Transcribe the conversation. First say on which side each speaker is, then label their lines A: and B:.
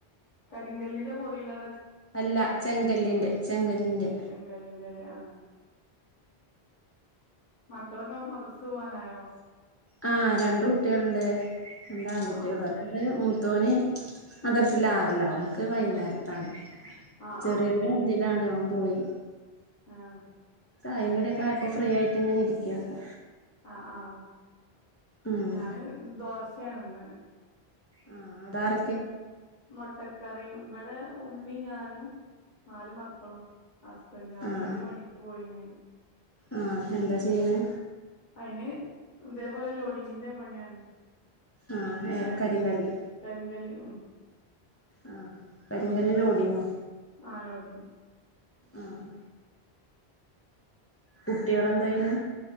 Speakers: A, on the left; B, on the left.
A: കരിങ്കല്ലിന്റെ കൊറിലോണ്
B: അല്ല ചെങ്കല്ലിന്റെ ചെങ്കല്ലിന്റെ
A: ചെങ്കല്ലിന്റെല്ലേ ആഹ് മക്കളൊക്കെ മദർസ് പോവാനായോ
B: ആഹ് രണ്ട് കുട്ടികളുണ്ട് രണ്ടാൺകുട്ടികൾ
A: ആ ആ
B: ഒരാള് മൂത്തോന് മദറസിലാറില അവനിക്ക് വൈകുന്നേരത്താണ്
A: ആ
B: ചെറിയോന്
A: ആ
B: ഒന്നിലാണ് ഓൻ പോയി
A: ആഹ്
B: ചായിം കടിയൊക്കായപ്പൊ ഫ്രീ ആയിട്ട് ഇങ്ങനെരിക്ക ഇപ്പൊ
A: ആഹ് ആഹ്
B: ഉം
A: ഞാന് ദോശയാണ് ഇന്ന്.
B: ആഹ് അവിടെ ആര
A: മുട്ടക്കറിയും ഇവിടെ ഉമ്മിയും, ഞാനും നാല് മക്കളും, ഹസ്ബന്റും ഹസ്ബന്റ്
B: ആഹ്
A: പണിക്ക് പോയിന്.
B: ആഹ് എന്താ ചെയ്യണേ?
A: അയിന് ഇതേപോലെ ലോഡിങ്ങിന്റെ പണിയാണ്
B: ആഹ്
A: ചെങ്കൽ
B: ഏ കരിങ്കല്ല്
A: ഇത് കരിങ്കല്ല് ഉം
B: ആഹ് കരിങ്കല്ല് ലോടിങ്ങോ?
A: ആഹ് ലോടിങ്ങ്
B: ആഹ് കുട്ടികളെന്തായ്യ്ണ്
A: പിന്നെ